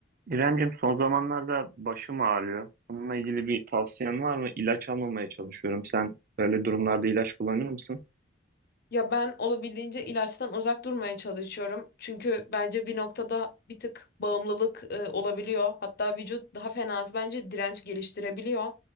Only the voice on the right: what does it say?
İremcim son zamanlarda başım ağrıyor. Bununla ilgili bir tavsiyen var mı? İlaç almamaya çalışıyorum. Sen böyle durumlarda ilaç kullanır mısın?